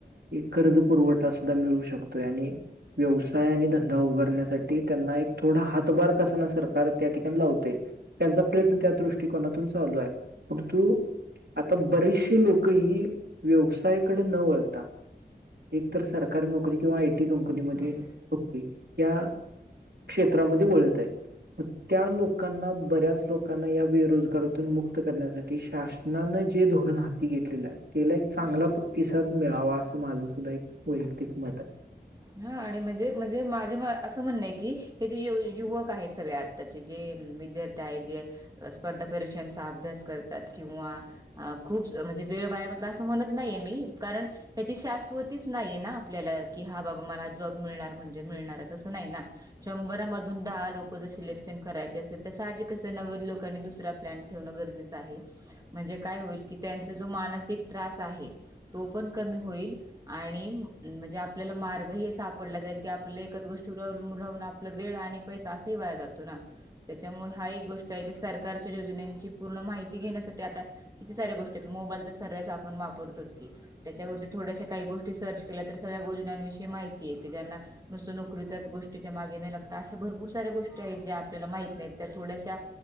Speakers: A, on the right; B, on the right.
A: कर्ज पुरवठा सुद्धा मिळू शकतोय आणि व्यवसाय आणि धंदा उभारण्यासाठी त्यांना एक थोडा हातभार कसना सरकार त्या ठिकाणी लावते. त्यांचा प्रयत्न त्या दृष्टिकोनातून चालू आहे, परंतु आता बरीचशी लोक हि व्यवसायाकडे न वळता एक तर सरकारी नोकरी किंवा आयटी कंपनीमध्ये
B: हम्म
A: नोकरी या क्षेत्रामध्ये वळत आहेत. त्या लोकांना बऱ्याच लोकांना या बेरोजगारातून मुक्त करण्यासाठी शासनानं जे धोरण हा ती घेतलेला आहे, त्याला एक चांगला
B: हम्म
A: प्रतिसाद मिळावा, असं माझं सुद्धा एक वैयक्तिक मत आहे.
B: हा आणि म्हणजे-म्हणजे माझे असं म्हणणं आहे की, हे जे यु-युवक आहेत सगळ्यात त्याचे जे विद्यार्थी आहेत जे स्पर्धा परीक्षांचा अभ्यास करतात किंवा अ खूप म्हणजे वेळ वाया असं म्हणत नाहीये मी कारण त्याची शाश्वतीच नाही हे ना आपल्याला की हा बा म मला जॉब मिळणार म्हणजे मिळणारच असं नाही हे ना. शंभरामधून दहा लोक जर सिलेक्शन करायचे असेल तर साहजिकच हे नव्वद लोकांनी दुसरा प्लॅन ठेवणं गरजेच आहे. म्हणजे काय होईल की त्यांचा जो मानसिक त्रास आहे तो पण कमी होईल आणि म्हणजे आपल्याला मार् हे सापडलं जाईल की आपले एकाच गोष्टीवर अलंबून राहून आपला वेळ आणि पैसा असेही वाया जातो ना, त्याच्यामुळे हा एक गोष्ट आहे की सरकारच्या योजनेंची पूर्ण माहिती घेण्यासाठी आता किती सऱ्या गोष्टीत मोबाईल तर सर्वच आपण वापरतोच की. त्याच्यावरती थोड्याशा काही गोष्टी सर्च केल्या तर सगळ्या गोजण्यां-विषयी माहिती येते. ज्यांना नुसतं नोकरीच्याच गोष्टीच्या मागे नय लागता अशा भरपूर साऱ्या गोष्टी आहेत ज्या आपल्याला माहित नाहीत त्या थोड्याश्या